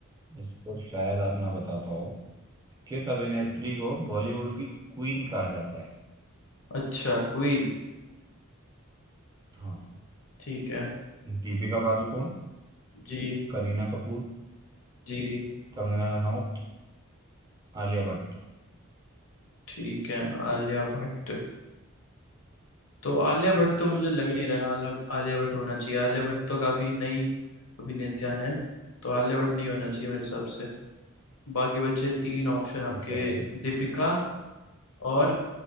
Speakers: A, on the right; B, on the left.
A: इसको शायद आप ना बता पाओ किस अभिनेत्री को बॉलीवुड की क्वीन कहा जाता है
B: अच्छा क्वीन
A: हाँ
B: ठीक है
A: दीपिका पादुकोण
B: जी
A: करीना कपूर
B: जी
A: कंगना रनौत आलिया भट्ट
B: ठीक है आलिया भट्ट तो आलिया भट्ट तो मुझे लग नहीं रहा है आला आलिया भट्ट होना चाहिए आलिया भट्ट तो काफी नई अभिनेता हैं तो आलिया भट्ट नहीं होना चाहिए मेरे हिसाब से बाकी बचे तीन ऑप्शन आपके
A: ठीक है
B: दीपिका और